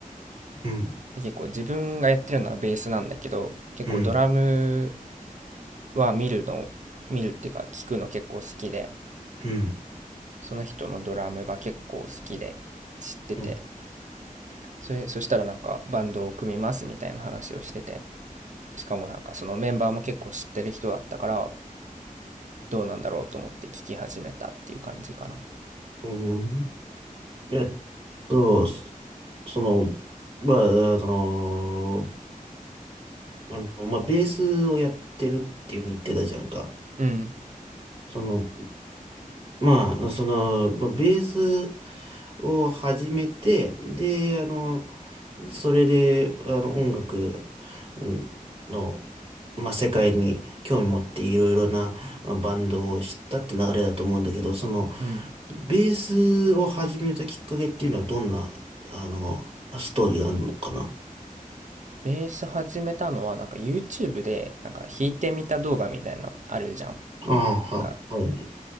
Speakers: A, on the right; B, on the right.
A: うん、
B: で結構自分がやってるのはベースなんだけど、結構ドラム
A: うん、
B: は見るの、見るっていうか聞くの結構好きで、
A: うん。
B: その人のドラムが結構好きで知ってて、
A: うん
B: それ、そしたらなんかバンドを組みますみたいな話をしてて、しかもなんかそのメンバーも結構知ってる人だったから、どうなんだろうと思って聞き始めたっていう感じかな。
A: うんうんえっと、そその、まあ、あの、あの、まあ、ベースをやってるっていうふうに言ってたじゃんか。
B: うん。
A: その、まあ、その、まあ、ベースを始めて、で、あの、それで、あの、音楽うんの、まあ、世界に興味持っていろいろなあバンドを知ったって流れだと思うんだけど、その、
B: うん。
A: ベースを始めたきっかけっていうのはどんな、あの、ストーリーがあるのかな
B: ベース始めたのはなんか YouTube でなんか弾いてみた動画みたいなのあるじゃん。なん
A: ああ、は、
B: か
A: あるね。